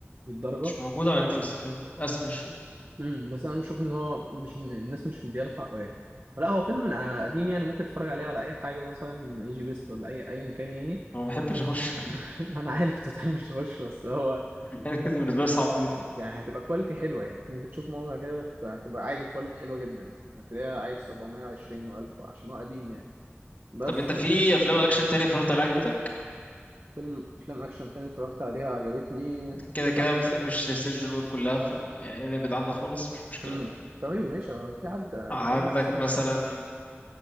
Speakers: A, on the right; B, on the left.
A: للدرجة
B: مش موجود على نتفليكس الفيلم للأسف الشغل
A: امم بس انا بشوف ان هو مش الناس مش مدياله حقه يعني لا هو فيلم من قديم يعني ممكن تتفرج عليه على اي حاجه مثلا اي جي بيست ولا اي ايا كان يعني
B: ما بحبش أخش <laughs>
A: <laughs> ما انا عارف انت بتحبش تخش بس هو
B: يعني بالنسبة لي صعب جدا يعني.
A: يعني هتبقى كواليتي حلوه يعني ممكن تشوف مره كده بت- هتبقى عادي كواليتي حلوه جدا يعني، هتلاقيها عادي 720 و1000 عشان هو قديم يعني بس
B: طب أنت في أفلام أكشن تانية اتفرجت عليها عجبتك؟
A: فيلم افلام اكشن تاني اتفرجت عليها عجبتني
B: كده
A: شهر
B: كده ما بتحبش سلسلة جون ويك كلها ف يعني ابعد عنها خالص مش مشكلة
A: امم تمام ماشي هو في حد
B: عندك
A: بيحب السلسله
B: مثلا